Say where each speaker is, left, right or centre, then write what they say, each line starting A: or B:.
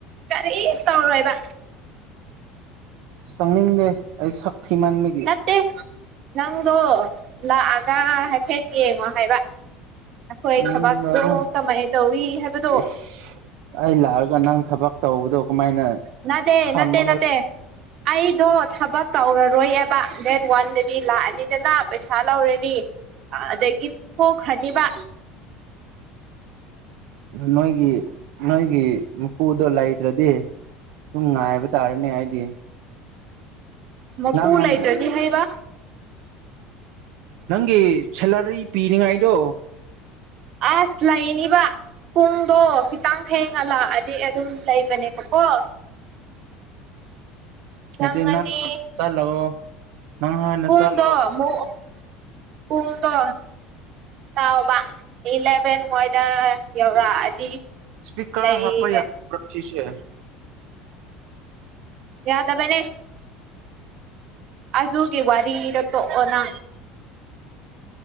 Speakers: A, on the right; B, on the right.
A: ꯀꯔꯤ ꯇꯧꯔꯣꯏꯕ꯫
B: ꯆꯪꯅꯤꯡꯗꯦ ꯑꯩ ꯁꯛ ꯊꯤꯃꯟꯕꯒꯤ
A: ꯅꯠꯇꯦ ꯅꯪꯗꯣ ꯂꯥꯛꯑꯒ ꯍꯥꯏꯐꯦꯠ꯫ ꯌꯦꯡꯉꯣ ꯍꯥꯏꯕ ꯑꯩꯈꯣꯏ
B: ꯎꯝ
A: ꯊꯕꯛꯇꯣ
B: ꯂꯥꯛꯅꯤ
A: ꯀꯃꯥꯏ ꯇꯧꯋꯤ ꯍꯥꯏꯕꯗꯣ꯫
B: ꯏꯁ ꯑꯩ ꯂꯥꯛꯑꯒ ꯅꯪ ꯊꯕꯛ ꯇꯧꯕꯗꯣ ꯀꯃꯥꯏꯅ꯫
A: ꯅꯥꯗꯦ
B: ꯐꯝꯃꯒ
A: ꯅꯠꯇꯦ ꯅꯠꯇꯦ꯫ ꯑꯩꯗꯣ ꯊꯕꯛ ꯇꯧꯔꯔꯣꯏꯑꯕ ꯗꯦꯠ ꯋꯥꯟꯗꯗꯤ ꯂꯥꯛꯑꯅꯤꯗꯅ ꯄꯩꯁꯥ ꯂꯧꯔꯅꯤ꯫ ꯑꯗꯒꯤ ꯊꯣꯛꯈꯔꯅꯤꯕ꯫
B: ꯅꯣꯏꯒꯤ ꯅꯣꯏꯒꯤ ꯃꯄꯨꯨꯗꯣ ꯂꯩꯇꯔꯗꯤ꯫ ꯁꯨꯝ ꯉꯥꯏꯕ ꯇꯥꯔꯅꯦ ꯑꯩꯗꯤ꯫
A: ꯃꯄꯨ
B: ꯅꯪ ꯍꯟ
A: ꯂꯩꯇ꯭ꯔꯗꯤ ꯍꯩꯕ꯫
B: ꯅꯪꯒꯤ ꯁꯦꯂꯔꯤ ꯄꯤꯅꯤꯉꯥꯏꯗꯣ꯫
A: ꯑꯁ ꯂꯩꯅꯤꯕ꯫ ꯄꯨꯡꯗꯣ ꯈꯤꯇꯪ ꯊꯦꯡꯉ ꯂꯥꯛꯑꯗꯤ ꯑꯗꯨꯝ ꯂꯩꯕꯅꯦꯕꯀꯣ꯫
B: <unintelligible>
A: ꯆꯪꯉꯅꯤ
B: ꯅꯪ ꯆꯠꯂꯣ ꯅꯪ ꯍꯥꯟꯅ
A: ꯄꯨꯡꯗꯣ
B: ꯆꯠꯂꯣ
A: ꯃꯨꯛ ꯄꯨꯡꯗꯣ꯫ ꯇꯥꯎꯕ ꯏꯂꯦꯚꯦꯜ ꯍꯣꯏꯗ ꯌꯧꯔꯛꯑꯗꯤ꯫
B: ꯏꯁꯄꯤꯀꯔ
A: ꯂꯩꯔꯦ
B: ꯍꯥꯞꯄ ꯌꯥꯗꯕꯔꯁꯤꯁꯦ
A: ꯌꯥꯗꯕꯅꯦ꯫ ꯑꯗꯨꯒꯤ ꯋꯥꯔꯤꯅꯤꯗ ꯇꯣꯛꯑꯣ ꯅꯪ